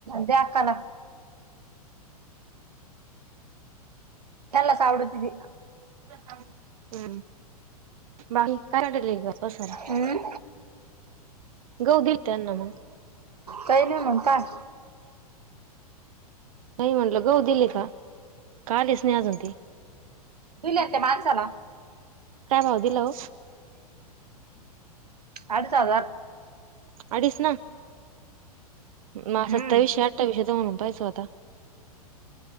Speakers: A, on the right; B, on the right.
A: द्या अक्काला त्यांनलाच आवडती ती
B: हम्म बाकी करा <unintelligible> बसा
A: हम्म
B: गहू देत्याल न मग.
A: काही नाही मग काय?
B: नाही म्हटल गहु दिले का? का आलेच नाही आजुन ते.
A: दिल्यात त्या माणसाला.
B: काय भाव दिला हो
A: आडीच हजार.
B: अडीच ना मग
A: हम्म
B: सत्तावीसशे अठ्ठावीशेचा म्हणून पाहायचा होता.